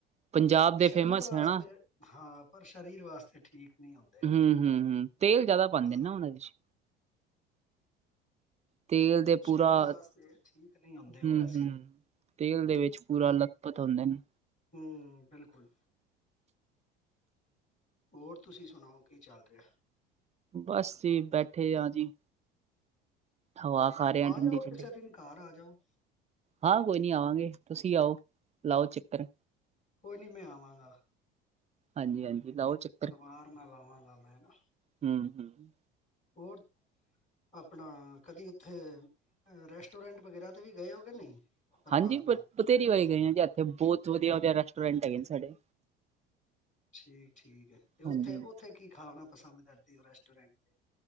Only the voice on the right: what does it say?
ਪੰਜਾਬ ਦੇ
ਫੇਮਸ
ਹੈ ਨਾ
ਹੂੰ-ਹੂੰ, ਹੂੰ, ਤੇਲ ਜਿਆਦਾ ਪਾਂਦੇ,
ਨਾ ਓਹਨਾਂ ਵਿੱਚ। ਤੇਲ ਦੇ ਪੂਰਾ
ਹੂੰ,
-ਹੂੰ। ਤੇਲ ਦੇ, ਵਿੱਚ ਪੂਰਾ ਲੱਥਪਥ ਹੁੰਦੇ ਨ।
ਬਸ ਜੀ, ਬੈਠੇ ਆਂ ਜੀ। ਹਵਾ ਖਾ ਰਹੇ
ਠੰਡੀ
ਠੰਡੀ
ਹਾਂ ਕੋਈ ਨੀ ਆਵਾਂਗੇ, ਤੁਸੀਂ ਆਓ, ਲਾਓ ਚੱਕਰ।
ਹਾਂਜੀ -ਹਾਂਜੀ। ਲਓ ਚੱ
ਹਮ- ਹਮ।
ਹਾਂਜੀ,
ਬਥੇਰੀ ਵਾਰੀ ਗਏ ਜੀ, ਇੱਥੇ ਬਹੁਤ ਵਧੀਆ- ਵਧੀਆ ਰੈਸਟੋਰੈਂਟ ਹੈਗੇ ਨੇ ਸਾਡੇ।
ਹਾਂਜੀ